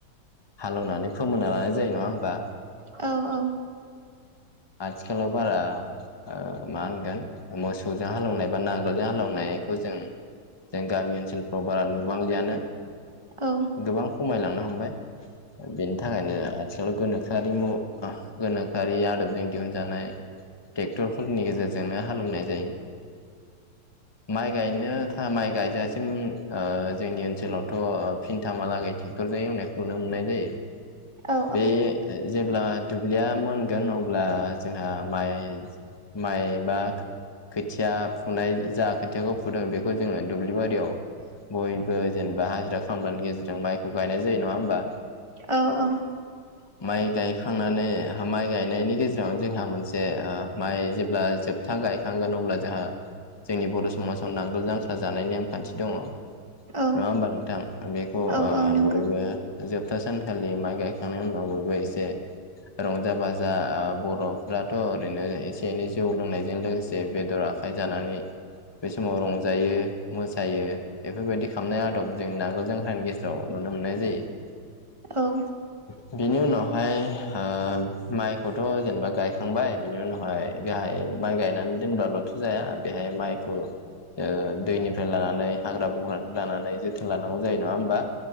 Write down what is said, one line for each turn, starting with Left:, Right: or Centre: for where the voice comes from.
Left: हाल एवनानै फोमोनना लानाय जायो नङा ओमबा?
Right: औ औ
Left: आथिखालाव बारा ओ मा होनगोन मोसौजों हाल एवनाय बा नांगोलजों हाल एवनायखौ जों जों गामि ओनसोलफ्राव बारा नुबांलियानो
Right: औ
Left: गोबां खमायलांनो हमबाय बेनि थाखायनो आथिखालाव गोनोखोआरि मु गोनोखोआरि आदबजों दिहुनजानाय ट्रेक्टरफोरनि गेजेरजोंनो हाल एवनाय जायो। माइ गायनो था माइ गायजासिम ओ जोंनि ओनसोलावथ' फिनथामालागै ट्रेक्टरजों एवनायखौ नुनो मोननाय जायो
Right: औ
Left: बे जेब्ला दुब्लिया मोनगोन अब्ला जोंहा माइ माइ बा खोथिया फुनाय जा खोथियाखौ फुदों बेखौ जोंङो दुब्लि बारियाव बयबो जेनबा हाजिरा खामलानि गेजेरजों माइखौ गायनाय जायो नङा होमबा?
Right: औ औ
Left: <inaudible> माइ गायखांनानै माइ गायनायनि गेजेराव जोंहा मोनसे ओ माइ जेब्ला जोब था गायखांगोन अब्ला जोंहा जोंनि बर' समाजाव नांगोल जांख्रा जानाय नेमखान्थि दङ।
Right: औ
Left: नङ ओमबा नोंथां बेखौ
Right: औ
Left: ओ
Right: औ नंगौ
Left: बयबो ओ जोबथा सानखालि माइ गायखांनायनि उनाव बयबो एसे रंजा बाजा बर'फ्राथ' ओरैनो एसे एनै जौ लोंनायजों लोगोसे बेदर आ खाय जानानै बे समाव रंजायो मोसायो इफोरबायदि खालामनाय आदब जों ना गोल जांख्रानि गेजेराव नुनो मोननाय जायो।
Right: औ
Left: <inaudible> बिनि उनावहाय ओ माइखौथ' जेनबा गायखांबाय बिनि उनावहाय गाहाय माइ गायनानै दोनब्लाल'थ' जाया बेहाय माइखौ ओ दैनिफ्राय लानानै हाग्रा बंग्रानिफ्राय लानानै जोथोन लानांगौ जायो नङा होमबा?